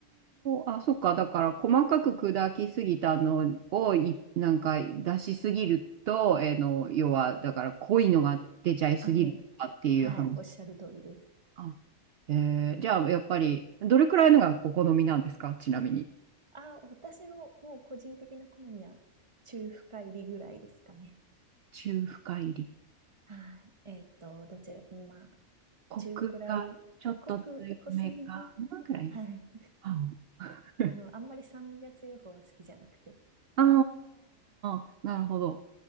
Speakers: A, on the right; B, on the right.
A: あ、そっか。だから、細かく砕きすぎたのをい、なんか出しすぎると、えーの、要は、だから濃いのが出ちゃいすぎるとかっていう話。
B: あ、もう、はい、おっしゃる通りです。
A: あ、えーじゃあ、やっぱり、どれくらいのがお好みなんですかちなみに。
B: あ、私のもう個人的な好みは、中深入りぐらいですかね。
A: 中深入り。
B: はい。えっと、どちら、まあ、
A: コクがちょっと強めかなぐらいの。
B: 中くらい、濃く、濃すぎず、はい。
A: あ <laughs>
B: あの、あんまり酸味が強い方は好きじゃなくて、
A: あー、なるほど。